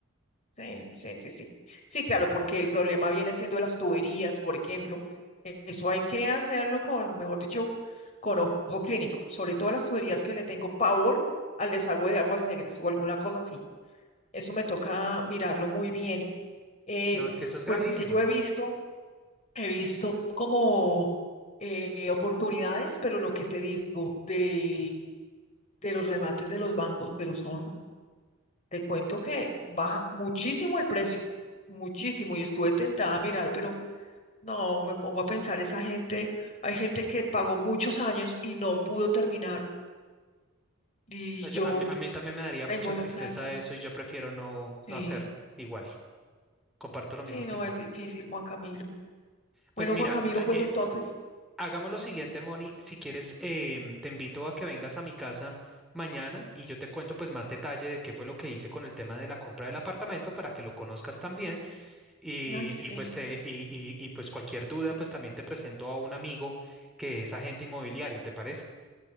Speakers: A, on the left (about 35°); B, in the centre.
A: Sí, sí, sí, sí. Sí, claro, porque el problema viene siendo las tuberías, por ejemplo. E- Eso hay que hacerlo con, mejor dicho, con ojo clínico, sobre todo las tuberías que le tengo pavor al desagüe de aguas negras o alguna cosa así. Eso me toca mirarlo muy bien. Eh,
B: No, es que eso es gravísimo.
A: pues es que yo he visto, he visto como eh, oportunidades, pero lo que te digo de de los remates de los bancos, pero son, te cuento que baja muchísimo el precio, muchísimo, y estuve tentada a mirar, pero no, me pongo a pensar, esa gente, hay gente que pagó muchos años y no pudo terminar, y
B: No, yo-
A: yo
B: a mí, a mí también me daría
A: tengo
B: mucha tristeza
A: la plata,
B: eso y yo prefiero no,
A: sí,
B: no hacerlo. Igual, comparto lo
A: sí,
B: mismo que
A: no,
B: tú.
A: es difícil, Juan Camilo. Bueno,
B: Pues mira,
A: Juan Camilo,
B: a-
A: pues
B: eh,
A: entonces,
B: hagamos lo siguiente, Moni. Si quieres, em, te invito a que vengas a mi casa mañana y yo te cuento pues más detalle de qué fue lo que hice con el tema de la compra del apartamento para que lo conozcas también Y,
A: ay, sí,
B: y, pues te, y, y, y pues cualquier duda, pues también te presento a un amigo que es agente inmobiliario, ¿te parece?